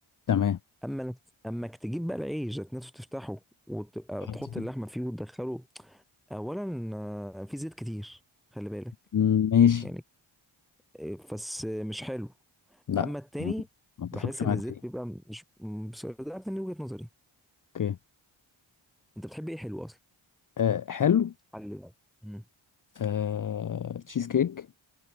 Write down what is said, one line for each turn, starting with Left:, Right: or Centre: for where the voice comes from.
Left: تمام
Centre: اما انك اما انك تجيب بقى العيش ذات نفسه تفتحه وتبقى
Left: حط
Centre: تحط
Left: فيه.
Centre: اللحمه فيه وتدخله اولا آه، في زيت كتير خلي بالك
Left: مم، ماشي
Centre: يعني آه، بس آه، مش حلو
Left: لا
Centre: اما التاني
Left: ما ما اتفقش
Centre: بحس
Left: معاك
Centre: ان الزيت
Left: في دي
Centre: بيبقى مش م- بس ده من وجهة نظري
Left: اوكي
Centre: انت بتحب ايه حلو اصلا
Left: أه حلو
Centre: حلو بقى. مم.
Left: آه، تشيز كيك